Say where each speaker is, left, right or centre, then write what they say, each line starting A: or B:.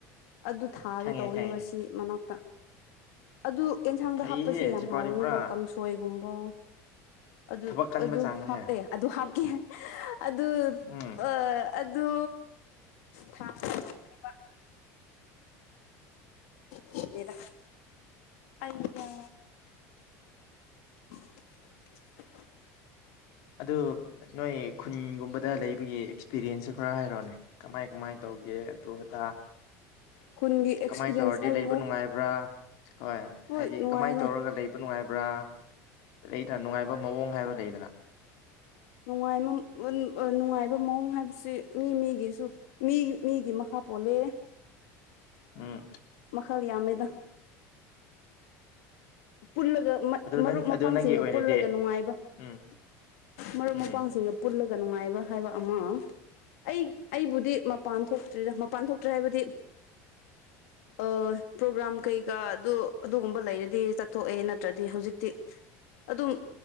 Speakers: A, on the left; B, on the left.
A: ꯑꯗꯨ ꯊꯥꯒꯦ
B: ꯈꯪꯉꯦ
A: ꯇꯧꯋꯦꯕ
B: ꯈꯪꯉꯦ
A: ꯑꯁꯤ ꯃꯅꯥꯛꯇ ꯑꯗꯨ ꯑꯦꯟꯁꯥꯡꯗ
B: ꯐꯩꯍꯦ
A: ꯍꯥꯞꯄꯁꯦ ꯌꯥꯝ
B: ꯁꯤꯐꯥꯎꯗꯤ
A: ꯍꯥꯎꯋꯦꯕ
B: ꯄꯨꯔꯥ
A: ꯀꯥꯡꯁꯣꯏꯒꯨꯝꯕ ꯑꯗꯨ
B: ꯊꯕꯛ ꯀꯟꯕ
A: ꯑꯗꯨ
B: ꯆꯥꯡꯁꯦ
A: ꯍꯥꯞꯑꯦ ꯑꯗꯨ ꯍꯥꯞꯀꯦ ꯑꯗꯨ
B: ꯎꯝ
A: ꯑꯥ ꯑꯗꯣ ꯊꯥꯡꯒꯦ ꯇꯧꯕꯅꯦꯕ ꯈꯪꯗꯦꯗ ꯑꯩꯌꯥ <inaudible>
B: ꯑꯗꯨ ꯅꯣꯏ ꯈꯨꯟꯒꯨꯝꯕꯗ ꯂꯩꯕꯒꯤ ꯑꯦꯛꯁꯄꯤꯔꯤꯟꯁꯁꯨ ꯈꯔ ꯍꯥꯏꯔꯛꯑꯣꯅꯦ ꯀꯃꯥꯏ ꯀꯃꯥꯏꯅ ꯇꯧꯒꯦ ꯑꯗꯨ ꯑꯗꯥ
A: ꯈꯨꯟꯒꯤ ꯑꯦꯛꯁꯄꯤꯔꯤꯌꯦꯟꯁ
B: ꯀꯃꯥꯏꯅ ꯇꯧꯔꯗꯤ
A: ꯍꯥꯏꯕꯕꯨ
B: ꯂꯩꯕ ꯅꯨꯡꯉꯥꯏꯕ꯭ꯔꯥ ꯍꯣꯏ
A: ꯍꯣꯏ
B: ꯍꯥꯏꯗꯤ
A: ꯅꯨꯡꯉꯥꯏꯅꯦ
B: ꯀꯃꯥꯏꯅ ꯇꯧꯔꯒ ꯂꯩꯕ ꯅꯨꯡꯉꯥꯏꯕ꯭ꯔꯥ ꯂꯩꯗꯅ ꯅꯨꯡꯉꯥꯏꯕ ꯃꯑꯣꯡ ꯍꯥꯏꯕ ꯂꯩꯗꯅ
A: <inaudible> ꯅꯨꯡꯉ ꯅꯨꯡꯉꯥꯏꯕ ꯃꯑꯣꯡ ꯍꯥꯏꯕꯁꯤ ꯃꯤ ꯃꯤꯒꯤꯁꯨ ꯃꯤ ꯃꯤꯒꯤ ꯃꯥꯈ ꯄꯣꯜꯂꯦ <inaudible>
B: ꯎꯝ
A: ꯃꯈꯜ ꯌꯥꯝꯃꯦꯗ ꯄꯨꯜꯂꯒ
B: ꯑꯗꯨ
A: ꯃꯔꯨꯞ
B: ꯅꯪ
A: ꯃꯄꯥꯡꯁꯤꯡꯒ
B: ꯑꯗꯨ ꯅꯪꯒꯤ ꯑꯣꯏꯅꯗꯤ
A: ꯄꯨꯜꯂꯒ ꯅꯨꯡꯉꯥꯏꯕ
B: ꯎꯝ
A: ꯃꯔꯨꯞ
B: ꯎꯝ
A: ꯃꯄꯥꯡꯁꯤꯡꯒ ꯄꯨꯜꯂꯒ ꯅꯨꯡꯉꯥꯏꯕ ꯍꯥꯏꯕ ꯑꯃ ꯑꯩ ꯑꯩꯕꯨꯗꯤ ꯃꯄꯥꯟ ꯊꯣꯛ ꯇ꯭ꯔꯦꯗ ꯃꯄꯥꯟ ꯊꯣꯛꯇ꯭ꯔꯦ ꯍꯥꯏꯕꯗꯤ ꯑꯥ ꯄ꯭ꯔꯣꯒ꯭ꯔꯥꯝ ꯀꯩꯀꯥ ꯑꯗꯨ ꯑꯗꯨꯒꯨꯝꯕ ꯂꯩꯔꯗꯤꯆꯠ ꯊꯣꯛꯑꯦ ꯅꯠꯇ꯭ꯔꯗꯤ ꯍꯧꯖꯤꯛꯇꯤ ꯑꯗꯨꯝ